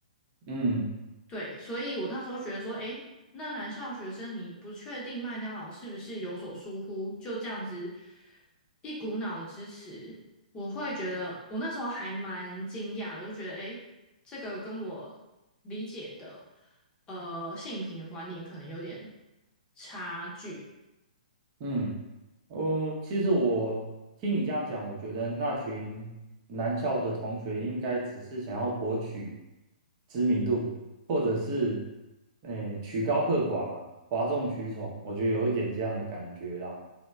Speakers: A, on the right (about 40°); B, on the left (about 20°).
A: 嗯
B: 对，所以我那时候觉得说，诶，那男校学生你不确定麦当劳是不是有所疏忽，就这样子一股脑的支持，我会觉得我那时候还蛮惊讶的，就觉得诶，这个跟我理解的呃性平的观念可能有点差距。
A: 嗯。哦，其实我听你这样讲，我觉得那群男校的同学应该只是想要博取知名度，或者是，诶、曲高和寡嘛，哗众取宠，我觉得有一点这样的感觉啦。